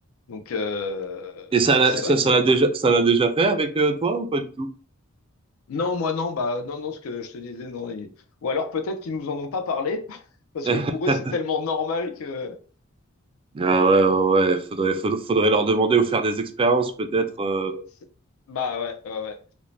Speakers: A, on the left; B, on the right.
A: Donc, euh,
B: Et
A: c'est
B: ça, l'a-
A: c'est
B: ça,
A: vrai que
B: ça
A: c'est...
B: l'a déjà, ça l'a déjà fait avec euh, toi ou pas du tout?
A: Non, moi non, bah non, non, ce que je te disais, non. ils- Ou alors peut-être qu'ils nous en ont pas parlé, <laughs> parce
B: <laughs>
A: que pour eux, c'est tellement normal que...
B: Ah ouais, ouais, ouais. Faudrait, faudrait, faudrait leur demander ou faire des expériences peut-être. euh.
A: c'est- Bah ouais, ouais, ouais.